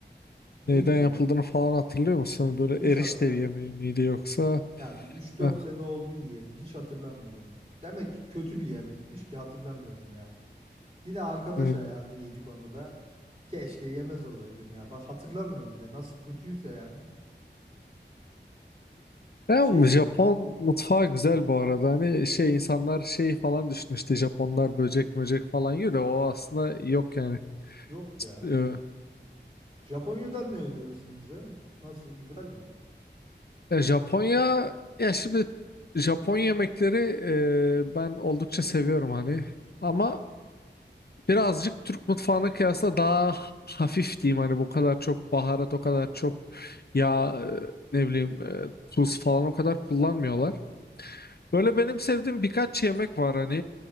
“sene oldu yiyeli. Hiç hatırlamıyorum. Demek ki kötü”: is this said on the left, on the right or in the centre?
Right